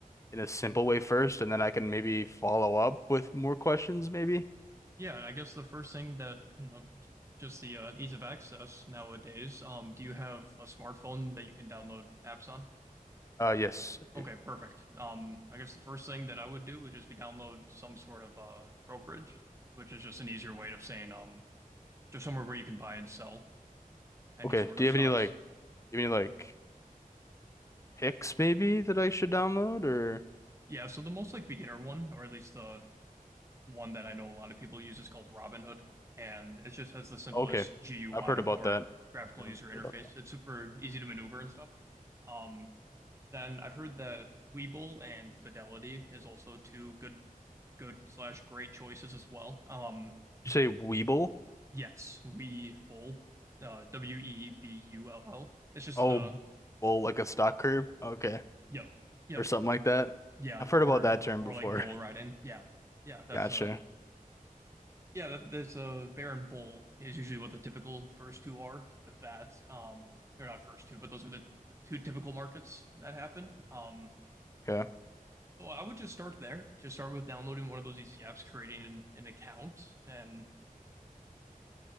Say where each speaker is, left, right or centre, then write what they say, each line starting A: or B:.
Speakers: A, on the left; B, on the right.
A: in a simple way first and then I can maybe follow up with more questions maybe?
B: Yeah. I guess the first thing that, you know, just the uh, ease of access nowadays. Um, do you have a smartphone that you can download apps on?
A: Uh, yes. I
B: Okay,
A: do.
B: perfect. Um, I guess the first thing that I would do would just be download some sort of uh, brokerage, which is just an easier way of saying um, just somewhere where you can buy and sell any
A: Okay.
B: sort
A: Do
B: of
A: you have
B: stocks.
A: any like do you have any like picks maybe that I should download or
B: Yeah, so the most like beginner one, or at least the one that I know a lot of people use is called Robinhood, and it just has the simplest
A: okay.
B: GUI
A: I've heard about
B: or
A: that.
B: graphical
A: Yeah,
B: user
A: I've
B: interface.
A: heard about that.
B: It's super easy to maneuver and stuff. Um, then I've heard that Webull and Fidelity is also two good, good slash great choices as well. Um,
A: You say Weeble?
B: yes, Webull, uh, W E B U L L. It's just
A: Oh,
B: the
A: bull like a stock curve. Okay.
B: yep, yep,
A: Or something like that.
B: yeah,
A: I've heard
B: or
A: about that term
B: or
A: before.
B: like bull riding. Yeah, yeah, that's
A: <laughs> Gotcha.
B: a Yeah, that, that's a bear and Bull is usually what the typical first two are with that. Um, they're not first two, but those are the two typical markets that happen. Um,
A: Okay.
B: so I would just start there. Just start with downloading one of those easy apps, creating an, an account, and